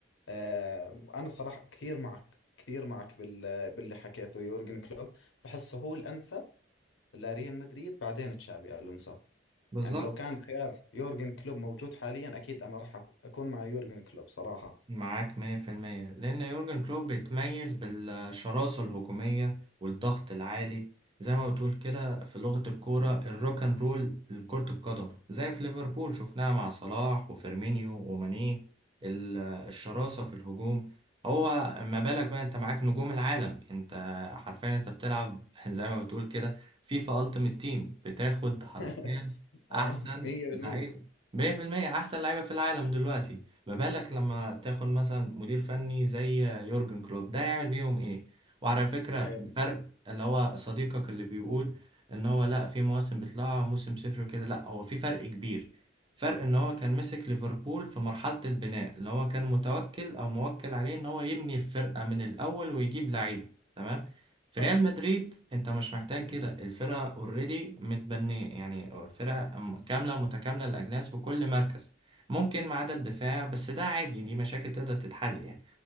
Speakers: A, on the left; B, on the right.
A: آه، أنا صراحة كثير معك كثير معك بال... باللي حكيته يورجن كلوب بحسه هو الأنسب لريال مدريد بعدين تشابي ألونسو
B: بالظبط
A: يعني لو كان خيار يورجن كلوب موجود حاليا أكيد أنا راح أكون مع يورجن كلوب صراحة
B: معاك مية في المية لأن يورجن كلوب بيتميز بالشراسة الهجومية والضغط العالي زي ما بتقول كده في لغة الكورة الروك اند رول لكرة القدم زي في ليفربول شفناها مع صلاح وفيرمينيو وماني ال- الشراسة في الهجوم هو ما بالك بقى انت معاك نجوم العالم انت حرفيا انت بتلعب <laughs> زي ما بتقول كده فيفا التيمت تيم بتاخد حرفيا
A: <laughs> آه،
B: احسن
A: 100%
B: لعيبة 100% احسن لعيبة في العالم دلوقتي ما بالك لما تاخد مثلا مدير فني زي يورجن كلوب ده يعمل بيهم ايه وعلى فكرة
A: آه،
B: الفرق اللي هو صديقك اللي بيقول ان هو لا في مواسم بتطلع موسم صفر وكده لا هو في فرق كبير فرق ان هو كان مسك ليفربول في مرحلة البناء اللي هو كان متوكل او موكل عليه ان هو يبني الفرقة من الاول ويجيب لعيبة تمام في
A: صح
B: ريال مدريد انت مش محتاج كده الفرقة اوريدي متبنية يعني الفرقة كاملة متكاملة الاجناس في كل مركز ممكن ما عدا الدفاع بس ده عادي دي مشاكل تقدر تتحل يعني